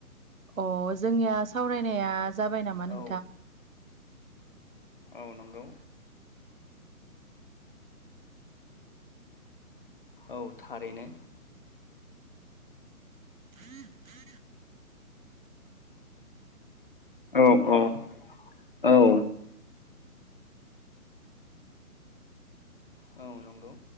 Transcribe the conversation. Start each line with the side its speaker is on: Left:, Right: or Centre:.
Right: अ जोंनिया सावरायनाया जाबाय नामा
Left: औ
Right: नोंथां
Left: औ नंगौ औ थारैनो
Right: <unintelligible>
Left: औ औ औ औ नंगौ